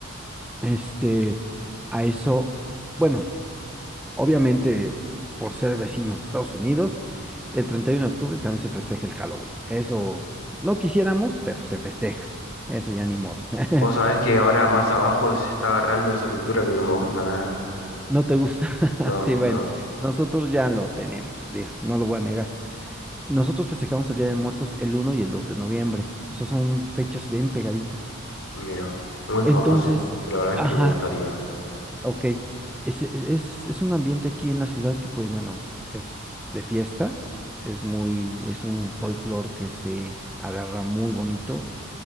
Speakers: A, in the centre; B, on the left.
A: Este, a eso, bueno, obviamente por ser vecinos de Estados Unidos, el 31 de octubre también se festeja el Halloween. Eso no quisiéramos, pero se festeja. Eso ya ni modo. <laughs>
B: vos sabés que ahora más abajo se está agarrando esa cultura que no me gusta nada.
A: ¿No te gusta? <laughs>
B: No,
A: Sí, bueno,
B: no,
A: nosotros ya lo tenemos, digo, no lo voy a negar. Nosotros festejamos el Día de Muertos el uno y el 2 de noviembre. O sea, son fechas bien pegaditas.
B: mira, muy
A: Entonces,
B: famoso, y la verdad es
A: ajá,
B: que me gustaría.
A: Ok, es, es, es es un ambiente aquí en la ciudad que pues bueno, es de fiesta, es muy, es un folclore que se agarra muy bonito,